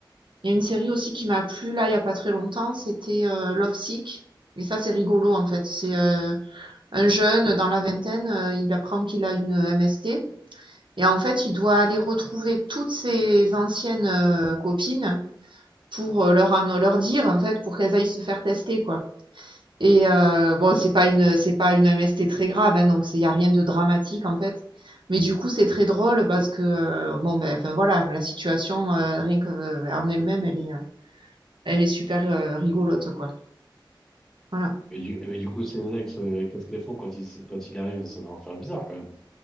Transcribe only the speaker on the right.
Il y a une série aussi qui m'a plu, là, il y a pas très longtemps, c'était euh, Love Sick. Et ça, c'est rigolo, en fait. C'est euh, un jeune dans la vingtaine, euh, il apprend qu'il a une MST. Et en fait, il doit aller retrouver toutes ses anciennes euh, copines pour euh, leur, anno- leur dire, en fait, pour qu'elles aillent se faire tester, quoi. Et euh, bon, c'est pas une, c'est pas une MST très grave, hein, donc il y a rien de dramatique, en fait. Mais du coup, c'est très drôle parce que, euh, bon, ben, enfin voilà, la situation, euh, rien que, euh, en elle-même, elle est, euh, elle est super euh, rigolote, quoi. Voilà.